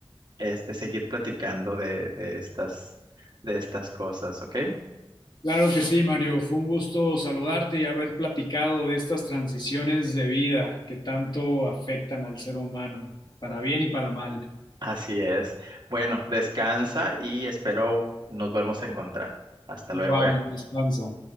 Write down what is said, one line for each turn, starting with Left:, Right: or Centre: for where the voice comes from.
Right: este, seguir platicando de, de estas, de estas cosas, ¿ok?
Left: Claro que sí, Mario. Fue un gusto saludarte y haber platicado de estas transiciones de vida que tanto afectan al ser humano, para bien y para mal.
Right: Así es. Bueno, descansa y espero nos volvamos a encontrar. Hasta luego,
Left: Igual,
Right: ¿eh?
Left: descansa.